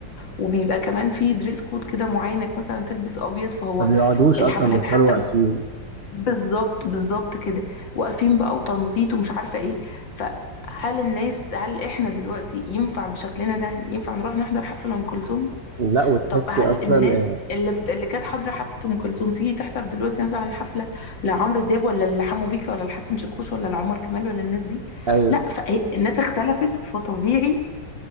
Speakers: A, on the left (about 75°); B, on the right (about 45°).
A: وبيبقى كمان في دريس كود كده معين انك مثلا تلبس ابيض فهو
B: ما بيقعدوش
A: الحفلات
B: اصلا بيفضلوا
A: حتى
B: واقفين
A: ب- بالظبط بالظبط كده واقفين بقى وتنطيط ومش عارفة ايه فهل الناس هل احنا دلوقتي ينفع بشكلنا ده ينفع نروح نحضر حفلة لأم كلثوم
B: لا وتحسي
A: طب هل
B: اصلا
A: الناس
B: آه،
A: اللي اللي كانت حاضره حفله ام كلثوم تيجي تحضر دلوقتي مثلا حفله لعمرو دياب ولا لحمو بيكا ولا لحسن شاكوش ولا لعمر كمال ولا الناس دي
B: ايوه
A: لا فالناس اختلفت فطبيعي